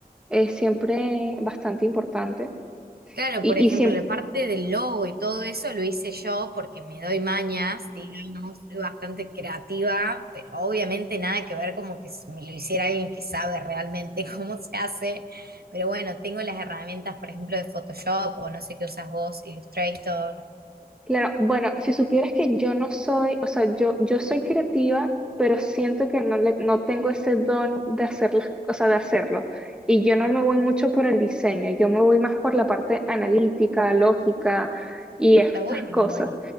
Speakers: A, in the centre; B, on the right.
A: es siempre bastante importante.
B: Claro,
A: Y,
B: por ejemplo,
A: y siempre,
B: la parte del logo y todo eso lo hice yo porque me doy mañas, digamos, soy bastante creativa, pero obviamente nada que ver como que s- me lo hiciera alguien que sabe realmente <laughs> cómo se hace. Pero bueno, tengo las herramientas, por ejemplo, de Photoshop o no sé qué usas vos, Illustrator.
A: Claro, bueno, si supieras que yo no soy, o sea, yo, yo soy creativa, pero siento que no, le- no tengo ese don de hacer las, o sea, de hacerlo. Y yo no me voy mucho por el diseño, yo me voy más por la parte analítica, lógica y
B: Está
A: estas
B: bueno,
A: cosas.
B: igual.